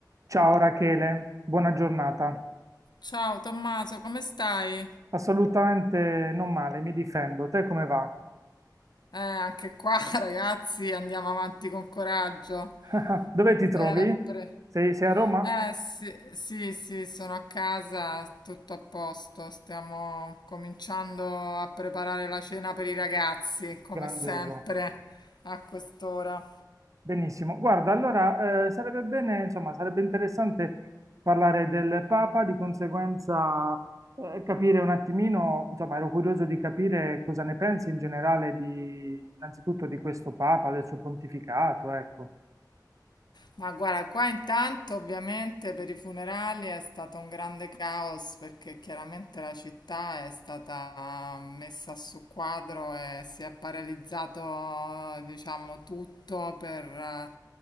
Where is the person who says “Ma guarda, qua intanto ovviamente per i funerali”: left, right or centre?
Left